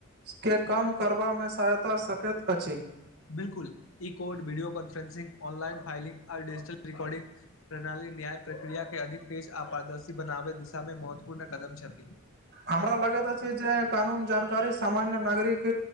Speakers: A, on the right; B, on the left.
A: के कम करबामे सहायता कें सकैत अछि
B: बिल्कुल ई code video conferencing online filing आडिजिटल रिकॉर्डिंग प्रणाली न्याय प्रक्रिया के अधिक तेज आ पारदर्शी बनाबे दिशा में महत्वपूर्ण कदम छथि
A: हमरा लगैत अछि जे कानून जानकारी सामान्य नागरिक